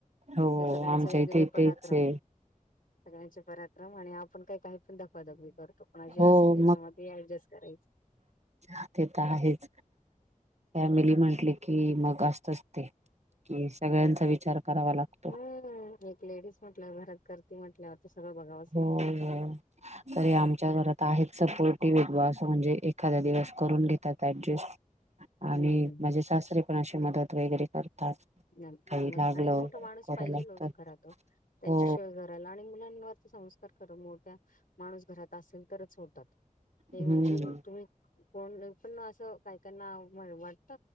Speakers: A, on the right; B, on the left.
A: हो
B: ते सगळ्यांचे
A: आमच्या
B: वेगवेगळे
A: इथे
B: पराक्रम
A: तेच आहे
B: सगळ्यांचे पराक्रम आणि आपण काही पण धबाकाधी करतो कोणा जे
A: हो
B: असेल त्याच्यामध्ये ऍडजस्ट करायचं.
A: ात येत आहेच. फॅमिली म्हंटले की मग असतच ते कि सगळ्यांचा विचार करावा लागतो.
B: हमम एक लेडीज म्हटल्यावर घरात करती म्हटल्यावर ते सगळं बघावं.
A: हो हो तरी आमच्या घरात आहेत सपोर्टिव असं म्हणजे एखाद्या दिवस करून घेतात ऍडजस्ट आणि
B: हम्म हम्म
A: माझे सासरे पण असे मदत वगैरे करतात.
B: मॅम
A: काही लागलं
B: आणि मोठ माणूस
A: करू
B: पाहिजे
A: लागतात
B: लोच खरा तो त्यांच्या
A: हो
B: शेवया घरायला आणि मुलांवरती संस् <unintelligible> खरं मोठ्या माणूस घरात असेल तरच होतात हे
A: हम्म
B: म्हणजे तुम्ही कोण पण असं काही कायंना अस वाटत.